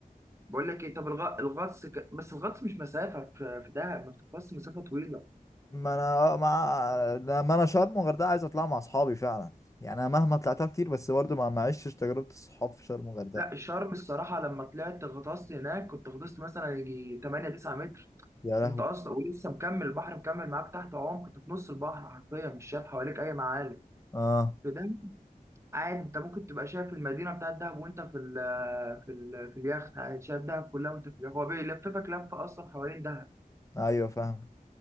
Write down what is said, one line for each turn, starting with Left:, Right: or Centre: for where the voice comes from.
Right: بقول لك ايه طب الغ... الغطس ك... بس الغطس مش مسافه في في دهب ما بتغطس مسافه طويله
Left: ما انا مع لما انا شرم وغردقه عايز اطلع مع اصحابي فعلا يعني انا مهما طلعتها كتير بس برضه ما ما عشتش تجربه الصحاب في شرم وغردقه
Right: لا الشرم الصراحة لما طلعت غطست هناك كنت غطست مثلا يجي 8 9 متر
Left: يا لهوي
Right: انت اصلا ولسه مكمل البحر مكمل معاك تحت عمق كنت في نص البحر حرفيا مش شايف حواليك اي معالم
Left: اه
Right: في ده عادي انت ممكن تبقى شايف المدينة بتاعت دهب وانت في ال في ال في اليخت عادي شايف دهب كلها وانت في اليخت هو بيلففك لفة اصلا حوالين دهب
Left: ايوه فاهم